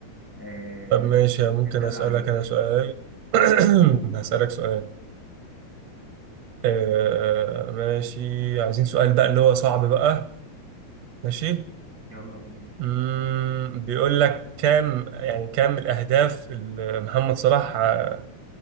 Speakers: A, in the centre; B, on the right (about 65°).
A: آه...
B: طب ماشي ممكن
A: انت اللي
B: اسألك
A: عليك
B: انا سؤال <clears throat> هسألك سؤال آه ماشي عايزين سؤال بقى اللي هو صعب بقى ماشي
A: يلا بينا
B: امم بيقول لك كام يعني كام الاهداف اللي محمد صلاح آه،